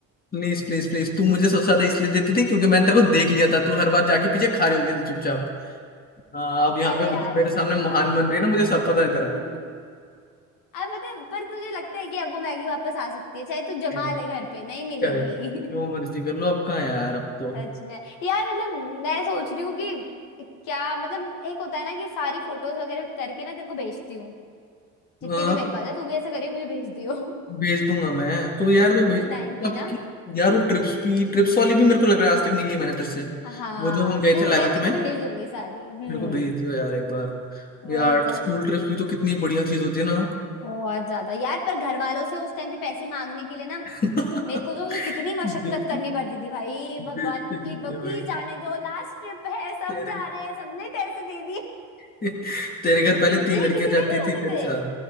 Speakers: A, on the left (about 30°); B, on the left (about 85°).
A: प्लीज प्लीज प्लीज तू मुझे सबसे ज्यादा इसलिए देती थी क्योंकि मैंने तेरे को देख
B: <laughs>
A: लिया था तू हर बार जाके पीछे खा रही होती थी चुपचाप हाँ अब यहाँ
B: अरे
A: पे
B: यार
A: जो मेरे सामने महान बन रही है ना मुझे सब
B: मतलब
A: पता है तेरा
B: <laughs> अब पता है पर तुझे लगता है कि अब वो मैगी वापस आ सकती है चाहे तू जमा
A: हम्म। क्या
B: ले घर पे नहीं मिलेगी
A: है
B: <laughs>
A: जो मर्जी कर लो अब कहाँ यार अब तो
B: सच में यार मतलब मैं सोच रही हूँ कि क्या मतलब एक होता है ना कि सारी फोटोज वगैरह करके ना तेरे को भेजती हूँ जितनी
A: अ,
B: भी मेरे पास है तू भी ऐसा करियो मुझे भेज दियो <laughs>
A: भेज दूंगा मैं तो यार
B: तो स्कूल
A: तो भेज
B: टाइम के
A: अब
B: ना
A: की यार वो ट्रिप्स भी ट्रिप्स वाली भी मेरे को लग रहा है आज तक नहीं ली मैंने तेरे से
B: हाँ
A: वो जो हम गए
B: तू
A: थे 11th
B: मैं तेरे को
A: में
B: भेज दूंगी सारी हम्म
A: मेरे को भेज दियो यार एक बार
B: वही
A: यार
B: तो
A: स्कूल ट्रिप्स भी तो कितनी बढ़िया चीज होती है ना
B: बहुत ज्यादा यार पर घर वालों से उस टाइम पे पैसे मांगने के लिए ना
A: <laughs>
B: मेरे को तो कितनी मशक्कत
A: देते
B: करनी पड़ती थी भाई भगवान
A: देते ही
B: प्लीज
A: थे भाई
B: प्लीज जाने दो लास्ट ट्रिप है सब
A: तेरे
B: जा रहे हैं सबने पैसे दे दिए
A: <laughs> तेरे घर पहले
B: दिए
A: तीन लड़कियां
B: किसी
A: जाती
B: ने नहीं
A: थी
B: होते
A: तेरे
B: थे
A: साथ